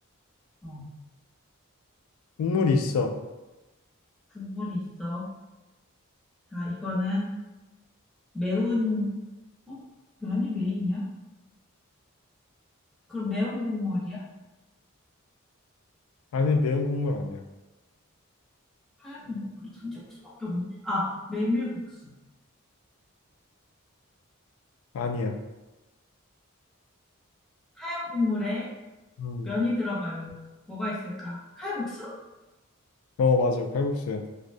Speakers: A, in the centre; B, on the left (about 80°).
A: 어,
B: 국물이 있어.
A: 국물이 있어. 자, 이거는 매운, 어? 면이 메인이야? 그럼 매운 국물이야?
B: 아니, 매운 국물 아니야.
A: 하얀 국물? 우리 잔치국수밖에 없네. 아, 메밀국수.
B: 아니야.
A: 하얀 국물에
B: 음.
A: 면이 들어가요. 뭐가 있을까? 칼국수?
B: 어, 맞아. 칼국수야.